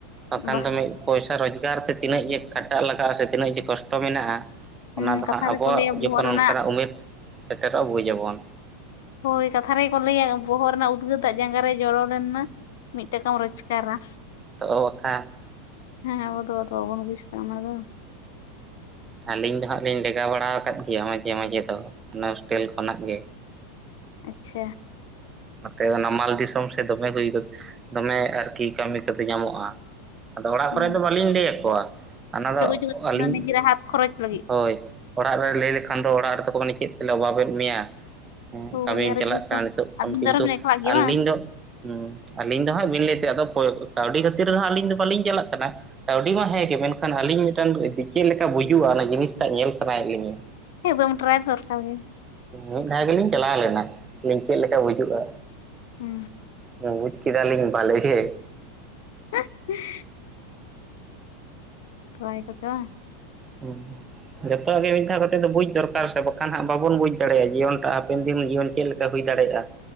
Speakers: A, on the right; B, on the left.
A: ᱵᱟᱠᱷᱟᱱ
B: ᱵᱟ
A: ᱫᱚ ᱢᱤᱫ ᱯᱚᱭᱥᱟ ᱨᱳᱡᱽᱜᱟᱨ ᱛᱮ ᱛᱤᱱᱟᱹᱜ ᱡᱮ ᱠᱷᱟᱴᱟᱜ ᱞᱟᱜᱟᱜᱼᱟ ᱥᱮ ᱛᱤᱱᱟᱹᱜ ᱡᱮ ᱠᱚᱥᱴᱚ ᱢᱮᱱᱟᱜᱼᱟ
B: ᱦᱩᱸ
A: ᱚᱱᱟ ᱫᱚ
B: ᱠᱟᱛᱷᱟ
A: ᱦᱟᱸᱜ ᱟᱵᱚᱣᱟᱜ
B: ᱨᱮᱠᱚ ᱞᱟᱹᱭᱟ ᱵᱚᱦᱚᱜ
A: ᱡᱚᱠᱷᱚᱱ
B: ᱨᱮᱱᱟᱜ
A: ᱚᱱᱠᱟᱱᱟᱜ ᱩᱢᱮᱨ ᱥᱮᱴᱮᱨᱚᱜᱼᱟ ᱵᱩᱡ ᱟᱵᱚᱱ
B: ᱦᱳᱭ ᱠᱟᱛᱷᱟ ᱨᱮᱜᱮ ᱠᱚ ᱞᱟᱹᱭᱟ ᱵᱚᱦᱚᱜ ᱨᱮᱱᱟᱜ ᱩᱫᱽᱜᱟᱹᱨ ᱫᱟᱜ ᱡᱟᱸᱜᱟ ᱨᱮ ᱡᱚᱨᱚ ᱞᱮᱱ ᱱᱟ ᱢᱤᱫᱴᱟᱠᱟᱢ ᱨᱳᱡᱽᱠᱟᱨᱟ
A: ᱛᱚ ᱵᱟᱠᱷᱟᱱ
B: ᱦᱮᱸ ᱟᱵᱚ ᱫᱚ ᱟᱫᱚ ᱵᱟᱵᱚᱱ ᱵᱩᱡ ᱫᱟ ᱚᱱᱟ ᱫᱚ
A: ᱟᱹᱞᱤᱧ ᱫᱚ ᱦᱟᱸᱜ ᱞᱤᱧ ᱞᱮᱜᱟ ᱵᱟᱲᱟ ᱟᱠᱟᱫ ᱜᱮᱭᱟ ᱢᱟᱡᱷᱮ ᱢᱟᱡᱷᱮ ᱫᱚ ᱚᱱᱟ ᱦᱳᱥᱴᱮᱞ ᱠᱷᱚᱱᱟᱜ ᱜᱮ᱾
B: ᱟᱪᱪᱷᱟ
A: ᱱᱚᱛᱮ ᱱᱟᱢᱟᱞ ᱫᱤᱥᱚᱢ ᱥᱮᱫ ᱫᱚᱢᱮ ᱦᱩᱭ ᱫᱚᱢᱮ ᱟᱨᱠᱤ ᱠᱟᱹᱢᱤ ᱠᱚᱫᱚ ᱧᱟᱢᱚᱜᱼᱟ ᱟᱫᱚ ᱚᱲᱟᱜ
B: ᱦᱮᱸ
A: ᱠᱚ ᱨᱮ ᱫᱚ ᱵᱟᱹᱞᱤᱧ ᱞᱟᱹᱭ ᱟᱠᱚᱣᱟ ᱚᱱᱟ ᱫᱚ
B: ᱪᱚᱜᱚᱡ ᱪᱚᱜᱚᱡ ᱠᱟᱱᱟ
A: ᱟᱹᱞᱤᱧ
B: ᱱᱤᱡᱮᱨᱟᱜ ᱦᱟᱛ ᱠᱷᱚᱨᱚᱪ ᱞᱟᱹᱜᱤᱫ
A: ᱦᱳᱭ ᱚᱲᱟᱜ ᱨᱮ ᱞᱟᱹᱭ ᱞᱮᱠᱷᱟᱱ ᱫᱚ ᱚᱲᱟᱜ ᱨᱮᱫᱚ ᱠᱚ ᱢᱮᱱᱟ ᱪᱮᱫ ᱛᱮᱞᱮ ᱚᱵᱷᱟᱵᱮᱫ ᱢᱮᱭᱟ᱾ ᱦᱩᱸ
B: ᱦᱳᱭ
A: ᱠᱟᱹᱢᱤᱢ
B: ᱟᱨ
A: ᱪᱟᱞᱟᱜ
B: ᱡᱮᱦᱮᱛᱩ
A: ᱠᱟᱱᱟ ᱱᱤᱛᱚᱜ ᱠᱷᱚᱱ
B: ᱟᱹᱵᱤᱱ
A: ᱠᱤᱱᱛᱩ
B: ᱫᱚ ᱟᱨᱦᱚᱸ ᱵᱤᱱ ᱮᱠᱞᱟᱜ ᱜᱮᱭᱟ
A: ᱟᱹᱞᱤᱧ
B: ᱵᱟᱝ
A: ᱫᱚ ᱦᱩᱸ ᱟᱞᱤᱧ ᱫᱚ ᱦᱟᱸᱜ ᱵᱤᱱ ᱞᱟᱹᱭ ᱛᱮ ᱟᱫᱚ ᱯᱚᱭ ᱠᱟᱹᱣᱰᱤ ᱠᱷᱟᱹᱛᱤᱨ ᱨᱮ ᱦᱟᱸᱜ ᱟᱹᱞᱤᱧ ᱫᱚ ᱵᱟᱹᱞᱤᱧ ᱪᱟᱞᱟᱜ ᱠᱟᱱᱟ᱾ ᱠᱟᱹᱣᱰᱤ ᱢᱟ ᱦᱮᱸ ᱜᱮ ᱢᱮᱱᱠᱷᱟᱱ ᱟᱹᱞᱤᱧ ᱢᱤᱫᱴᱟᱱ ᱪᱮᱫ ᱞᱮᱠᱟ ᱵᱩᱡᱩᱜᱼᱟ ᱚᱱᱟ ᱡᱤᱱᱤᱥ ᱴᱟᱜ ᱧᱮᱞ ᱥᱟᱱᱟᱭᱮᱫ ᱞᱤᱧᱟᱹ᱾
B: ᱮᱠᱫᱚᱢ ᱴᱨᱟᱭ ᱫᱚᱨᱠᱟᱨ ᱜᱮ
A: ᱢᱤᱫ ᱫᱷᱟᱣ ᱜᱮᱞᱤᱧ ᱪᱟᱞᱟᱣ ᱞᱮᱱᱟ ᱢᱮᱱᱫᱤᱧ ᱪᱮᱫ ᱞᱮᱠᱟ ᱵᱩᱡᱩᱜᱼᱟ
B: ᱦᱩᱸ
A: ᱦᱩᱸ ᱵᱩᱡ ᱠᱮᱫᱟᱞᱤᱧ ᱵᱟᱞᱮᱜᱮ
B: <unintelligible> ᱴᱨᱟᱭ ᱠᱚᱛᱮ ᱵᱟᱝ
A: ᱦᱩᱸ ᱡᱚᱛᱚ ᱜᱮ ᱢᱤᱫ ᱫᱷᱟᱣ ᱠᱟᱛᱮᱫ ᱫᱚ ᱵᱩᱡᱽ ᱫᱚᱨᱠᱟᱨ ᱥᱮ ᱵᱟᱠᱷᱟᱱ ᱦᱟᱸᱜ ᱵᱟᱵᱚᱱ ᱵᱩᱡᱽ ᱫᱟᱲᱮᱭᱟᱜᱼᱟ ᱡᱤᱭᱚᱱ ᱴᱟᱜ ᱦᱟᱯᱮᱱ ᱫᱤᱱ ᱡᱤᱭᱚᱱ ᱪᱮᱫ ᱞᱮᱠᱟ ᱦᱩᱭ ᱫᱟᱲᱮᱭᱟᱜᱼᱟ